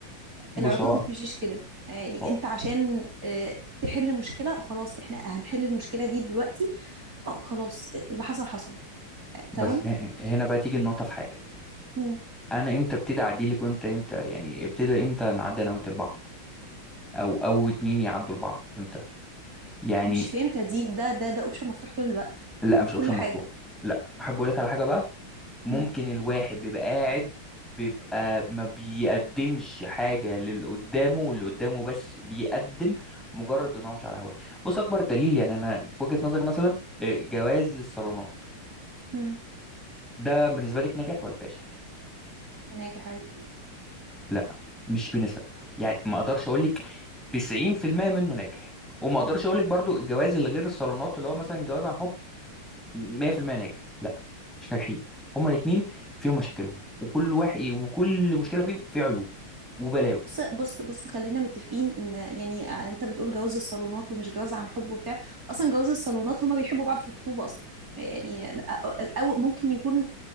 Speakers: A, in the centre; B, on the right.
A: بص
B: العلاقات
A: هو
B: ما بتمشيش كده يعني
A: هو-
B: انت عشان آه، تحل مشكله خلاص احنا هنحل المشكله دي دلوقتي آه، خلاص آه، اللي حصل حصل آه،
A: بس
B: تمام
A: ه- هنا بقى تيجي النقطة في حاجة
B: مم.
A: أنا إمتى ابتدي أعديلك وإمتى إمتى يعني ابتدى إمتى نعدي أنا وأنت لبعض أو أو اتنين يعدوا لبعض إمتى يعني
B: مش فهمتها دي ده ده ده اوبشن مفتوح طول الوقت
A: لا
B: ده
A: مش
B: في
A: أوبشن
B: كل حاجة
A: مفتوح لا أحب أقول لك على حاجة بقى ممكن
B: مم.
A: الواحد بيبقى قاعد بيبقى ما بيقدمش حاجة للي قدامه واللي قدامه بس بيقدم مجرد ان هو مش على هواه بص اكبر دليل يعني انا في وجهة نظري مثلا آه، جواز الصالونات
B: مم.
A: ده بالنسبة لك ناجح ولا فاشل
B: ناجح عادي
A: لا مش بنسب يعني ما اقدرش اقول لك 90% منه ناجح وما اقدرش اقول لك برضو الجواز اللي غير الصالونات اللي هو مثلا جواز عن حب 100% ناجح لا مش ناجحين هما الاثنين فيهم مشاكلهم وكل واحد إيه، وكل مشكله فيهم في عيوب وبلاوي
B: بص بص بص خلينا متفقين ان يعني آه، انت بتقول جواز الصالونات ومش جواز عن حب وبتاع اصلا جواز الصالونات هما بيحبوا بعض في الخطوبة اصلا يعني او أو ممكن يكون